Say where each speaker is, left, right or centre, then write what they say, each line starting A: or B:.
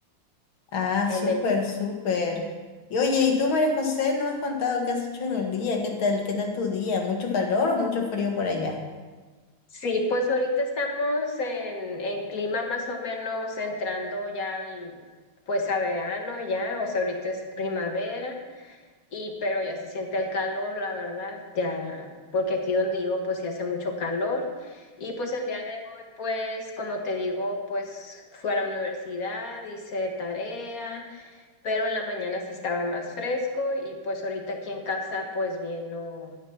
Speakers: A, on the left; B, on the left.
A: Ah,
B: el
A: súper,
B: del...
A: súper. Y oye, ¿y tú, María José, no me has contado qué has hecho en el día? ¿Qué tal, qué tal tu día? ¿Mucho calor o mucho frío por allá?
B: Sí, pues ahorita estamos en, en clima más o menos entrando ya al- pues a verano ya, o sea, ahorita es primavera y pero ya se siente el calor, la verdad, ya, porque aquí donde vivo pues sí hace mucho calor. Y pues el día Pues como te digo, pues fui a la universidad, hice tarea, pero en la mañana sí estaba más fresco y pues ahorita aquí en casa pues bien, no,